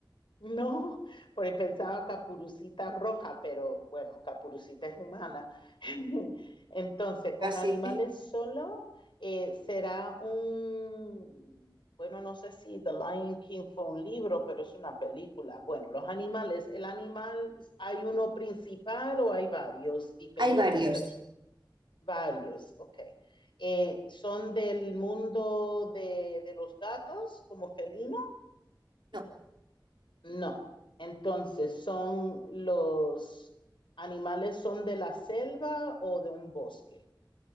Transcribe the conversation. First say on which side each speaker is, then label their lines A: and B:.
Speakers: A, on the left (about 75°); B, on the right (about 70°).
A: No, porque pensaba Capurucita roja, pero bueno, Capurucita es humana. <laughs> Entonces,
B: Casi.
A: con animales solo eh, será un, bueno, no sé si The Lion King fue un libro, pero es una película. Bueno, los animales, el animal, ¿hay uno principal o hay varios diferentes
B: <laughs> Hay varios.
A: personas? Varios, ok. Eh, ¿son del mundo de, de los gatos como felino?
B: No.
A: No, entonces son los animales son de la selva o de un bosque.